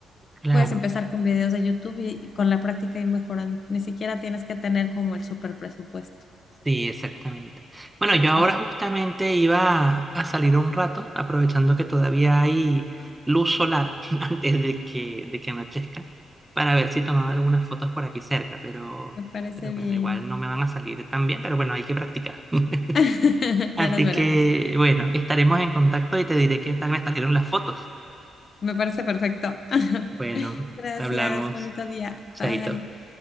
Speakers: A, on the right; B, on the left.
A: Claro.
B: Puedes empezar con videos de YouTube y con la práctica y mejorando. Ni siquiera tienes que tener como el super presupuesto.
A: Sí, exactamente. Bueno,
B: Qué
A: yo ahora
B: padre,
A: justamente iba a salir un rato, aprovechando que todavía hay luz solar <laughs> antes de que, de que anochezca, para ver si tomaba algunas fotos por aquí cerca, pero,
B: me parece
A: pero
B: bien.
A: bueno, igual no me van a salir tan bien, pero bueno, hay que practicar.
B: <laughs>
A: <laughs> Así
B: Ya nos veremos.
A: que, bueno, estaremos en contacto y te diré qué tal me salieron las fotos.
B: Me parece perfecto. <laughs>
A: Bueno,
B: Gracias,
A: hablamos,
B: bonito día.
A: chaito.
B: Bye.